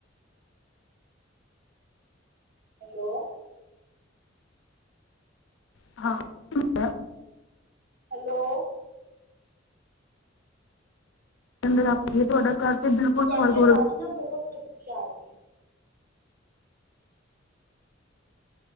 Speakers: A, on the right; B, on the left.
A: ਹੈਲੋ
B: <unintelligible>
A: ਹੈਲੋ
B: ਅੰਦਰ ਰੱਖਏ ਤੁਹਾਡਾ ਘਰ ਤੇ ਬਿਲਕੁਲ ਸਵਰਗ
A: ਤੁਆਡੀ
B: ਵਰਗਾ
A: ਆਵਾਜ਼ ਨਾ ਬੋਹਤ ਹਲਕੀ ਆ ਰਹੀ ਏ